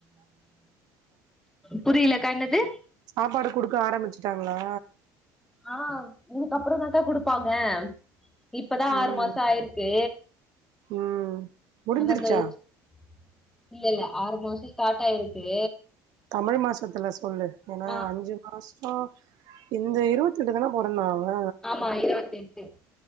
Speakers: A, in the centre; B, on the right.
A: புரியல கா என்னது
B: சாப்பாடு குடுக்க ஆரம்பிச்சுட்டாங்களா
A: ஆ இதுக்கு அப்புறோ தாங்கா குடுப்பாங்க இப்பதா
B: ம்
A: ஆறு மாசோ ஆயிருக்கு
B: ம் முடிஞ்சிருச்சா
A: <unintelligible> இல்ல இல்ல ஆறு மாசோ ஸ்டார்ட் ஆயிருக்கு
B: தமிழ் மாசத்துல சொல்லு ஏன்னா
A: ஆ
B: அஞ்சு மாசோ இந்த இருபத்தி ட்டுா போறந்தா இல்ல
A: ஆமா இருபத்தி எட்டு